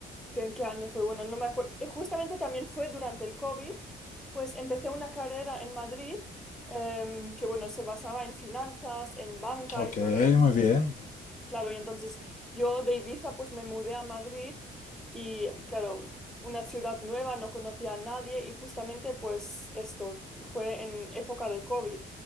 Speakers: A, in the centre; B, on the left.
A: ¿qué- ¿en qué año fue? Bueno, no me acuerdo, justamente también fue durante el COVID, pues empecé una carrera en Madrid, em, que bueno, se basaba en finanzas, en banca
B: Ok,
A: y todo eso
B: muy bien.
A: Claro, y entonces yo de Ibiza pues me mudé a Madrid y claro, una ciudad nueva, no conocía a nadie y justamente pues esto fue en época de COVID.